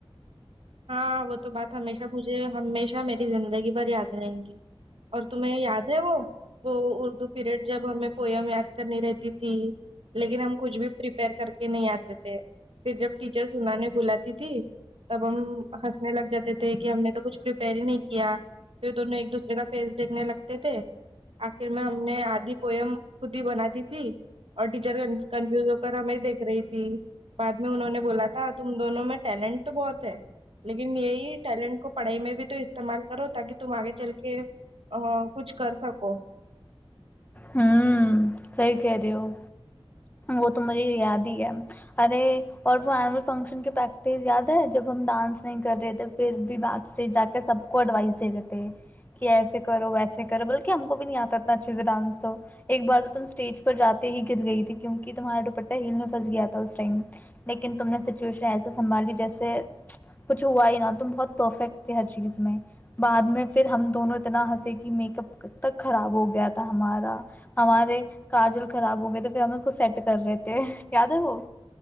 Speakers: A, on the right; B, on the left.
A: ہاں وہ تو بات ہمیشہ مجھے ہمیشہ میری زندگی بھر یاد رہیں گی اور تمہیں یاد ہے وہ وہ اردو پیریڈ جب ہمیں پوئم یاد کرنی رہتی تھی لیکن ہم کچھ بھی پریپیئر کر کے نہیں آتے تھے پھر جب ٹیچر سنانے بلاتی تھی تب ہنسنے لگ جاتے تھے کہ ہم نے تو کچھ پپئر ہی نہیں کیا پھر دونوں ایک دوسرے کا فیس دیکھنے لگتے تھے آخر میں ہم نے آدھی پوئم خود ہی بنا دی تھی اور ٹیچر کنفیوز ہو کر ہمیں دیکھ رہی تھی بعد میں انہوں نے بولا تھا تم دونوں میں ٹیلنٹ تو بہت لیکن یہی ٹیلنٹ کو پڑھائی میں بھی تو استعمال کرو تاکہ تم آگے چل کے کچھ کر سکو
B: ہوں صحیح کہہ رہے ہو وہ تو مجھے یاد ہی ہے ارے اور وہ ال فنکشن کی پریکٹس یاد ہے جب ہم ڈانس نہیں کر رہے تھ پھر بھی بات اسٹیج جا کے سب کو اڈوائس دے رہےتے کہ ایسے کرو ویسے کرو بلکہ ہم کو بھی نہیں آتا اتنا اچھے سے ڈانس تو ایک بار تو تم اسٹیج پر جاتے ہی گر گئی تھی کیوںک تمہارا دپٹہ ہل میں پھنس گیا تھا اس ٹائم لیکن تم نے سچویشن ایسا سنبھال جیسے کچھ ہوا ہی نا تم بہت پرفیکٹے ہر چیز میں بعد میں پھر ہم دونوں اتنا ہنس کہ میک اپ ک تک خراب ہو گیا تھا ہمارا ہمارے کاجل خراب ہو گئے تو پھر ہم اس کو سیٹ کر رہے تھے یاد ہے وہ